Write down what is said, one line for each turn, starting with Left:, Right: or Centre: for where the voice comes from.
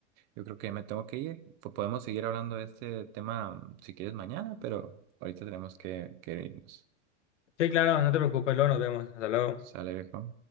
Right: yo creo que me tengo que ir. Pues podemos seguir hablando de este tema mm, si quieres mañana, pero ahorita tenemos que, que irnos.
Left: Sí, claro, no te preocupes, luego nos vemos. Hasta luego.
Right: ¿Sale, viejo?